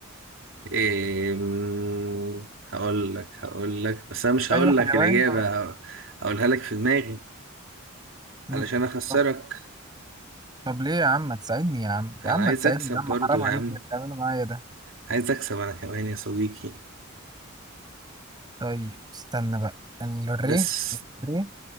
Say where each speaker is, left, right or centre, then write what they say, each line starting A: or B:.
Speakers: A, on the right; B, on the right.
A: إيه مم، هقول لك هقول لك بس انا مش هقول
B: اي حيوان
A: لك الإجابة ه- هقولها لك في دماغي
B: م-
A: علشان اخسرك
B: طب طب ليه يا عم ما تساعدني يا عم يا
A: انا
B: عم ما
A: عايز
B: تساعدني
A: اكسب
B: يا عم
A: برضو
B: حرام
A: يا
B: عليك
A: عم
B: اللي بتعمله معايا ده
A: عايز اكسب انا كمان يا صديقي
B: طيب استنى بقى الريه
A: بس
B: الريه